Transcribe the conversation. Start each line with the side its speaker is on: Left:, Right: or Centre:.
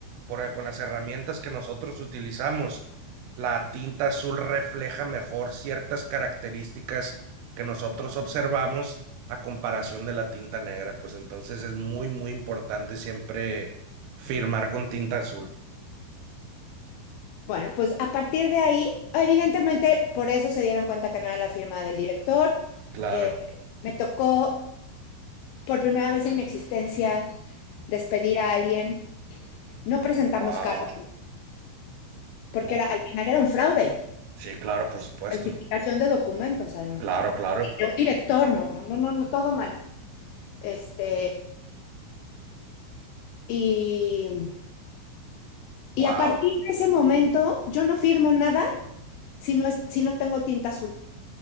Right: porque con las herramientas que nosotros utilizamos, la tinta azul refleja mejor ciertas características que nosotros observamos a comparación de la tinta negra, pues entonces es muy, muy importante siempre firmar con tinta azul.
Left: Bueno, pues a partir de ahí, evidentemente por eso se dieron cuenta que no era la firma del director.
Right: Claro.
Left: Eh, me tocó por primera vez en mi existencia despedir a alguien. No presentamos
Right: Wow.
Left: cargo porque
Right: Ok.
Left: era, al final era un fraude,
Right: Sí, claro, por supuesto.
Left: falsificación de documentos además.
Right: Claro, claro.
Left: De un director, no, no, no, no, no, todo mal. Este, y, y
Right: Wow.
Left: a partir de ese momento yo no firmo nada si no, es- si no tengo tinta azul,